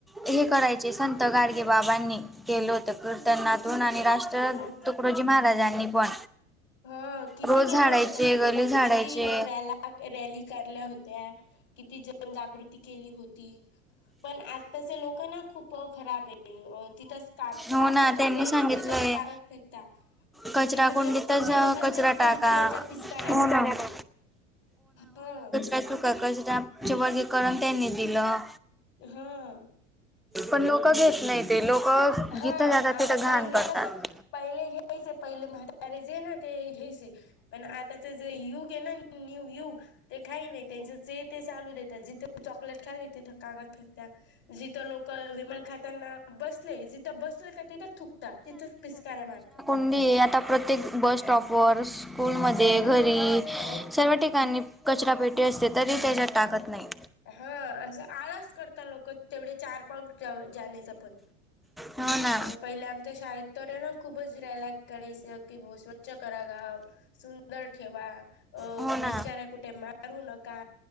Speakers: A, in the centre; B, on the left.
A: हे करायचे. संत गाडगे बाबांनी, केलोत.
B: हम्म
A: किर्तनातून आणि राष्ट्र
B: मग
A: तुकडोजी महाराजांनी पण
B: हो, किती
A: रोज
B: केलं
A: झाडायचे
B: होतं त्यांनी
A: गली
B: तर.
A: झाडायचे
B: किती रॅल्या रॅली काढल्या होत्या, किती जन जागृती केली होती. पण आत्ताचे लोकं ना खूप खराब आहे <unintelligible> तिथंच
A: हो
B: खाता
A: ना
B: चॉकलेट
A: त्यांनी सांगितलंय
B: तिथंच कागद फेकता.
A: कचरा
B: मी
A: कुंडीतच
B: पण जिथं बसले
A: कचरा
B: तिथं
A: टाका
B: विमलच्या पिचकाऱ्या
A: हो
B: मारतात
A: ना
B: ते हं.
A: चुका क <unintelligible> चे वर्गीकरण त्यांनी दिलं.
B: हूं!
A: पण लोकं घेत नाही ते. लोकं,
B: हा
A: जिथं जातात तिथं घाण
B: पहिले
A: करतात.
B: कसं पहिले घ्यायचे. पहिले म्हातारे जे ना ते घ्यायचे. पण आताचे जे युगयंना, न्यू युग. ते काही नाय. त्यांचं जे ते चालू देतात. जिथं चॉकलेट खाल्ली तिथं कागद फेकतात. जिथं लोकं विमल खाताना बसलेय, जिथं बसल का तिथं थुकतात, तिथंच पिस्कारा मारतात.
A: म्हणजे, आता प्रत्येक बस स्टॉप वर, स्कूलमध्ये,
B: हा
A: घरी
B: अ कुठ
A: सर्व ठिकाणी- कचरापेटी असते, तरी त्याच्यात टाकत नाही.
B: हा, असं आळास करता लोक, तेवढे चार पाऊल जाण्या- चे पण.
A: हो ना
B: पहिला आमच्या शाळेत- तर ना, खूपच <unintelligible> कास की ब स्वच्छ करा गाव. सुंदर ठेवा, अ
A: हो ना
B: पिचकाऱ्या कुठे मारू नका,